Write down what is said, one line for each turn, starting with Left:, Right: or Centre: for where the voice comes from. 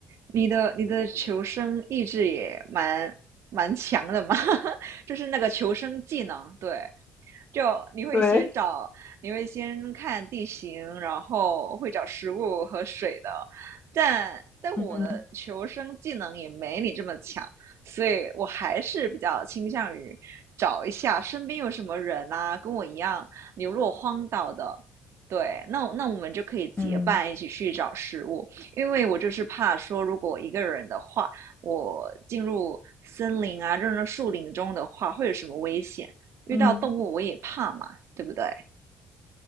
Right: 你的你的求生意志也蛮蛮强的嘛，<laughs> 就是那个求生技能，对。就你会先找，
Left: 对，
Right: 你会先看地形，然后会找食物和水的。但但我的求生技能也没你这么强，
Left: 嗯
Right: 所以我还是比较倾向于找一下身边有什么人啊，跟我一样流落荒岛的。对，那我那我们就可以结伴一起去找食物，
Left: 嗯
Right: 因为我就是怕说，如果我一个人的话，我进入森林啊，进入树林中的话，会有什么危险？遇到动物我也怕嘛，
Left: 嗯，
Right: 对不对？